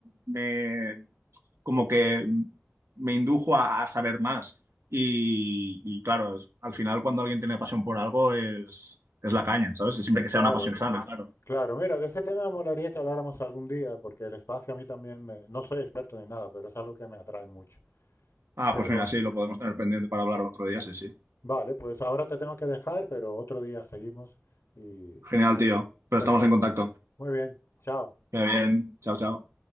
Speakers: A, on the right (about 85°); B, on the left (about 75°).
A: me, como que me indujo a, a saber más. Y, y claro, es- al final cuando alguien tiene pasión por algo es, es la caña, ¿sabes? Siempre
B: Eh,
A: que
B: claro.
A: sea una pasión sana, claro.
B: Claro, mira, de ese tema me molaría que habláramos algún día, porque el espacio a mí también me- no soy experto ni nada, pero es algo que me atrae mucho.
A: Ah,
B: Pero
A: pues mira, sí, lo podemos tener pendiente para hablar otro día, sí, sí.
B: Vale, pues ahora te tengo que dejar, pero otro día seguimos y
A: Genial, tío. Pero
B: perfecto.
A: estamos en contacto.
B: Muy bien, chao.
A: Que vaya bien. Chao, chao.